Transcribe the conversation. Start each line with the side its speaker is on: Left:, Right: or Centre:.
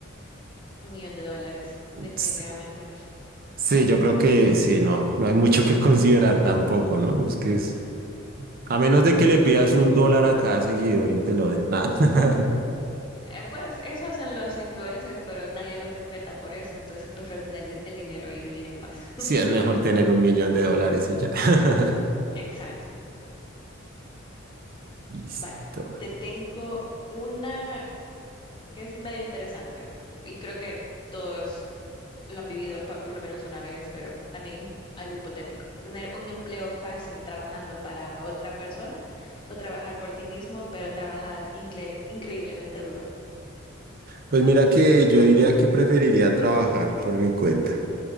Left: Un millón de dólares, definitivamente.
Right: Sí, sí, yo creo que sí, no, no hay mucho que <laughs> considerar tampoco, ¿no? Es que es, a menos de que le pidas un dólar a cada seguidor y te lo den, nada. <laughs>
Left: Eh, pues eso hacen los influencers, pero nadie los respeta por eso, entonces prefiero tener di- el dinero y vivir en paz.
Right: Sí,
Left: <laughs>
Right: es mejor tener un millón de dólares y ya. <laughs>
Left: Exacto.
Right: Listo.
Left: Vale, te tengo una que es medio interesante. Y creo que todos lo han vivido por, por lo menos una vez, pero también es im- algo hipotético. Tener un empleo fácil trabajando para otra persona o trabajar por ti mismo, pero trabajar incre- increíblemente duro,
Right: Pues mira que yo diría que preferiría trabajar por mi cuenta.